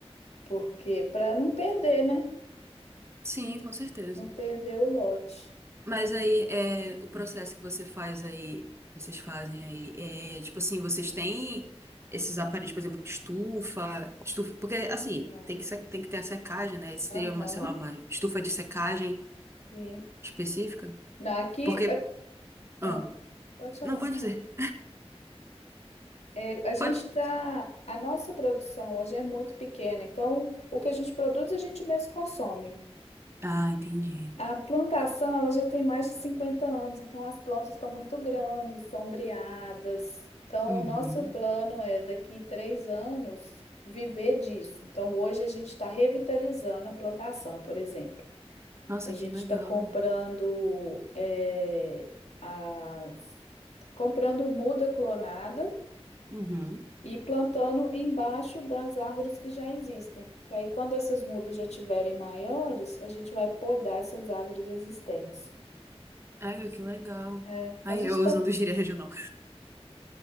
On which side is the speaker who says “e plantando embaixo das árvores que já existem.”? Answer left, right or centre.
Left